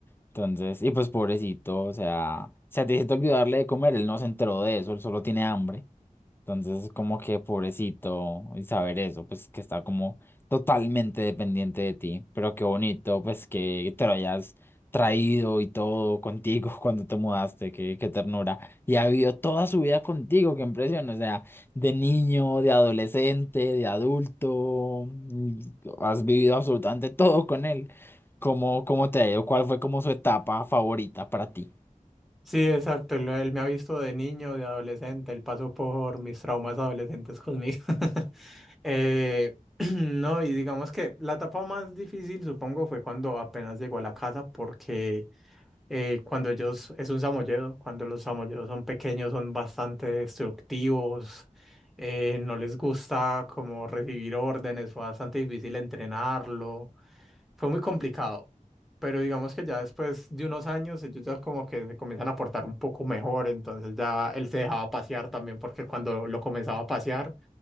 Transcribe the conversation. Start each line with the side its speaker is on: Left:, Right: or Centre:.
Left: Entonces, y pues pobrecito, o sea, se te hiciste olvidarle de comer, él no se enteró de eso, él solo tiene hambre. Entonces, como que pobrecito, y saber eso, pues que está como totalmente dependiente de ti, pero qué bonito, pues que te lo hayas traído y todo contigo <laughs> cuando te mudaste, qué, qué ternura. Y ha vivido toda su vida contigo, qué impresión, o sea, de niño, de adolescente, de adulto, mm, has vivido absolutamente <laughs> todo con él. ¿Cómo, cómo te ha ido? ¿Cuál fue como su etapa favorita para ti?
Centre: Sí, exacto. Él, él me ha visto de niño, de adolescente. Él pasó por mis traumas adolescentes conmigo. <laughs> Eh, <clears throat> no, y digamos que la etapa más difícil, supongo, fue cuando apenas llegó a la casa, porque eh, cuando ellos, es un samoyedo, cuando los samoyedos son pequeños, son bastante destructivos, eh, no les gusta como recibir órdenes, fue bastante difícil entrenarlo fue muy complicado, pero digamos que ya después de unos años ellos ya como que se comienzan a portar un poco mejor, entonces ya él se dejaba pasear también porque cuando lo comenzaba a pasear